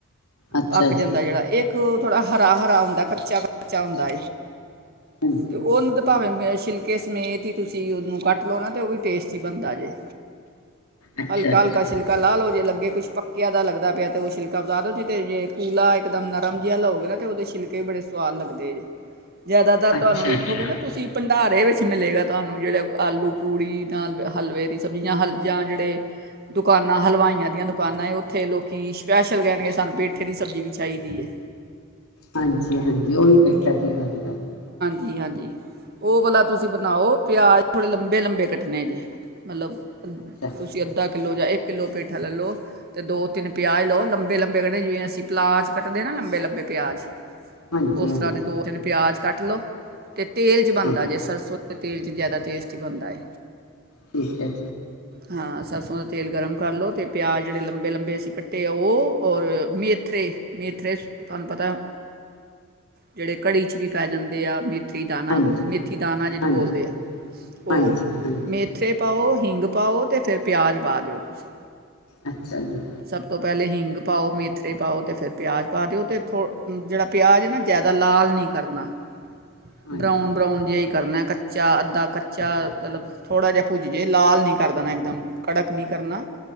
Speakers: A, on the left; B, on the right.
A: ਅੱਛਾ
B: ਪੱਕ ਜਾਂਦਾ
A: ਜੀ
B: ਜਿਹੜਾ ਇਹ। ਇੱਕ ਉਹ ਥੋੜ੍ਹਾ ਹਰਾ ਹਰਾ ਹੁੰਦਾ ਕੱਚਾ ਕੱਚਾ ਹੁੰਦਾ।
A: ਹਾਂਜੀ
B: ਤੇ ਉਹਨੂੰ ਤੇ ਭਾਵੇਂ ਮੈ ਛਿੱਲ ਸਮੇਤ ਹੀ ਤੁਸੀਂ ਉਹਨੂੰ ਕੱਟ ਲਾਉਣਾ ਤੇ ਉਹ ਵੀ ਟੇਸਟੀ ਬਣਦਾ ਜੇ
A: ਅੱਛਾ
B: ਹਲਕਾ
A: ਅੱਛਾ
B: ਹਲਕਾ ਛਿਲਕਾ ਲਾਹ ਲਓ ਕੁੱਛ ਪੱਕਿਆਂ ਦਾ ਲੱਗਦਾ ਪਿਆ ਤੇ ਉਹ ਸ਼ਿਲਕਾ <unintelligible> ਤੇ ਜੇ ਕੂਲਾ ਇਕ ਦਮ ਨਰਮ ਜਿਹਾ ਲਓਗੇ ਨਾ ਤੇ ਉਹਦੇ ਛਿਲਕੇ ਵੀ ਬੜੇ ਸਵਾਦ ਲੱਗਦੇ ਜੇ। ਜਿਆਦਾਤਰ ਤੁਹਾਨੂੰ
A: ਅੱਛਾ
B: ਵੇਖੋਗੇ
A: ਅੱਛਾ
B: ਨਾ ਤੁਸੀਂ ਭੰਡਾਰ ਇਹ ਵਿੱਚ ਮਿਲੇਗਾ ਤੁਹਾਨੂੰ ਜਿਹੜੇ ਆਲੂ ਪੂੜੀ ਤਾਂ ਹਲਵੇ ਦੀ ਸਬਜ਼ੀਆਂ ਹਲ ਜਾਂ ਜਿਹੜੇ ਦੁਕਾਨਾਂ ਹਲਵਾਈਆਂ ਦੀਆਂ ਦੁਕਾਨਾਂ ਉੱਥੇ ਲੋਕੀ ਸਪੈਸ਼ਲ ਕਹਿਣਗੇ। ਸਾਨੂੰ ਪੇਠੇ ਦੀ ਸਬਜ਼ੀ ਵੀ ਚਾਹੀਦੀ ਹੈ।
A: ਹਾਂਜੀ ਹਾਂਜੀ ਓਹੀ ਬੈਠਾ ਦੀ ਗੱਲ ਕਰਨ
B: ਜੀ ਹਾਂਜੀ ਉਹ ਵਾਲਾ ਤੁਸੀਂ ਬਣਾਓ ਪਿਆਜ਼ ਥੋੜ੍ਹੇ ਲੰਬੇ ਲੰਬੇ ਕੱਟਣੇ ਜੇ ਮਤਲਬ
A: ਅੱਛਾ
B: ਤੁਸੀਂ ਅੱਧਾ ਇੱਕ ਕਿੱਲੋ ਪੇਠਾ ਲਏ ਲਓ ਤੇ ਦੋ ਤਿੰਨ ਪਿਆਜ ਲਓ ਲੰਬੇ ਜਿਵੇਂ ਅਸੀਂ ਪਲਾਜ ਕੱਟ ਦੇ ਆ ਨਾ ਲੰਬੇ ਲੰਬੇ ਪਿਆਜ
A: ਹਾਂਜੀ
B: ਉਸ
A: ਹਾਂਜੀ
B: ਤਰ੍ਹਾਂ ਦੇ ਦੋ ਤਿੰਨ ਪਿਆਜ ਕੱਟ ਲੋ ਅਤੇ ਤੇਲ 'ਚ ਬਣਦਾ
A: ਹਾਂ
B: ਜੇ ਸਰਸੋਂ ਤੇਲ 'ਚ ਜ਼ਿਆਦਾ ਟੇਸਟ ਹੀ ਬਣਦਾ ਏ।
A: ਠੀਕ ਹੈ
B: ਹਾਂ ਸਰਸੋ ਦਾ ਤੇਲ ਗਰਮ ਕਰ ਲੋ ਤੇ ਪਿਆਜ ਜਿਹੜੇ ਲੰਬੇ ਲੰਬੇ ਅਸੀਂ ਕੱਟੇ ਆ ਉਹ ਔਰ ਮੇਥਰੇ ਮੇਥਰੇ ਤੁਹਾਨੂੰ ਪਤਾ ਜਿਹੜੇ ਕੜੀ 'ਚ ਵੀ ਪੈ ਜਾਂਦੇ ਆ ਮੇ ਮੇਥੀ ਦਾਨਾ
A: ਹਾਂਜੀ
B: ਮੇਥੀ ਦਾਣਾ ਜਿਹਨੂੰ
A: ਹਾਂਜੀ
B: ਬੋਲਦੇ ਆ ਉਹ
A: ਹਾਂਜੀ ਹਾਂਜੀ
B: ਮੇਥੇ ਪਾਓ ਹਿੰਗ। ਪਾਓ ਤੇ ਫਿਰ ਪਿਆਜ਼ ਪਾ ਦਿਓ ਤੁਸੀਂ
A: ਅੱਛਾ ਜੀ
B: ਸਭ ਤੋਂ ਪਹਿਲੇ ਹੀਂਗ ਪਾਓ ਮੇਥਰੇ ਪਾਓ ਤੇ ਫਿਰ ਪਿਆਜ ਪਾ ਦਿਓ ਅਤੇ ਥੋ ਜਿਹੜਾ ਪਿਆਜ਼ ਹੈ ਨਾ ਜ਼ਿਆਦਾ ਲਾਲ ਨਹੀਂ ਕਰਨਾ
A: ਹਾਂਜੀ
B: ਬਰਾਊਨ ਬਰਾਊਨ ਜਿਹਾ ਈ ਕਰਨਾ ਕ ੱਚਾ। <unintelligible> ਦਾ ਕੱਚਾ
A: ਅੱਛਾ
B: ਤਲਬ ਥੋੜ੍ਹਾ ਜਿਹਾ ਭੁੱਜ ਜੇ ਲਾਲ ਨਹੀਂ ਕਰ ਦੇਣਾ ਇੱਕਦਮ ਕੜਕ ਨਹੀਂ ਕਰਨਾ